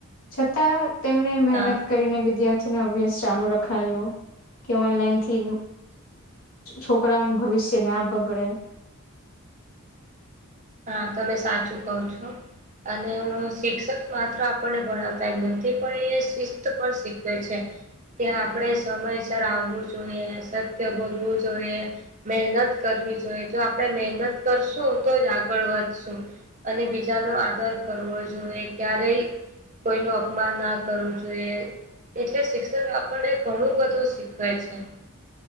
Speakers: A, on the left; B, on the right.
A: છતાં તેમને મહેનત-
B: હા
A: કરીને વિદ્યાર્થી નો અભ્યાસ ચાલુ રખાયો- કે ઓનલાઈન થી છોકરાઓનું ભવિષ્ય ના બગડે-
B: હા તમે સાચું કવ છો અને હું શિક્ષક? માત્ર આપણને ભણાવતા નથી પણ એ શિસ્ત પણ શીખવે છે. કે આપણે સમયસર આવવું જોઈએ સત્ય બોલવું જોઈએ- મહેનત કરવી જોઈએ જો આપણે મહેનત કરશું તો જ- ળ વધશું અને બીજા ન આદર કરવો જોઈએ ક્યારેય- કોઈ ન અપમાન ના કરવું જોઈએ- એટલે શિક્ષક આપણને ઘણું બધું શીખવે છે.